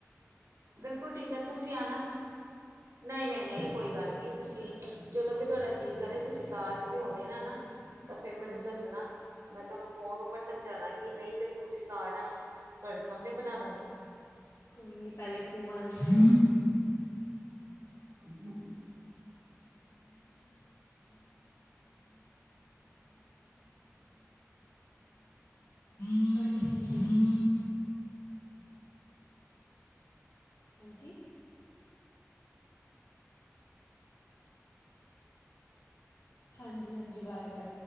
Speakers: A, on the right; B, on the left.
A: ਬਿਲਕੁਲ ਠੀਕ ਹੈ, ਤੁਸੀਂ ਆਣਾ। ਨਹੀਂ ਨਹੀਂ ਨਹੀਂ ਕੋਈ ਗੱਲ ਨਹੀਂ ਤੁਸੀਂ ਜਦੋਂ ਵੀ ਤੁਹਾਡਾ ਜੀਅ ਕਰੇ ਤੁਸੀਂ ਦਾਲ ਪੀਓ ਦੇਨਾ ਨਾ। ਤਾਂ ਫੇਰ
B: ਹਾਂਜੀ
A: ਮੈਨੂੰ ਦੱਸਨਾ। ਮੈਂ ਤੁਹਾਨੂੰ ਫੋਨ ਉੱਪਰ ਸਮਝਾ ਦਾਂਗੀ ਨਹੀਂ ਤੇ ਤੁਸੀਂ ਘਰ ਆਨਾ ਤੁਹਾਡੇ ਸਾਹਮਨੇ ਬਨਾ ਦੰਗੀ।
B: ਕੋਈ ਨੀ ਪਹਿਲੇ ਘੁੰਮਣਦੇ।
A: ਹਮ।
B: ਹਾਂਜੀ ਹਾਂਜੀ? ਹਾਂਜੀ ਹਾਂਜੀ ਬਾਏ ਬਾਏ।